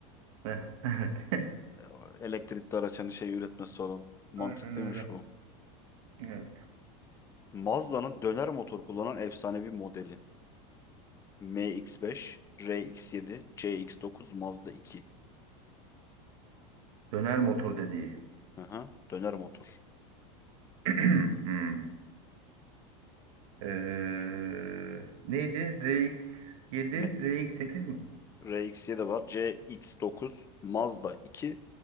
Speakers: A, on the right (about 75°); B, on the left (about 15°).
A: Eh, <laughs> Evet.
B: E, Elektrikli araç hani şey üretmesi olan. Mantıklıymış
A: Aynen öyle.
B: bu.
A: Evet.
B: Mazda'nın döner motor kullanan efsanevi modeli. MX-5, RX-7, CX-9, Mazda 2.
A: Döner motor dediği.
B: Aha. Döner motor.
A: <clears throat> Hmm. Ee, neydi? RX7,
B: M
A: RX8 mi?
B: RX-7 var. CX-9, Mazda 2,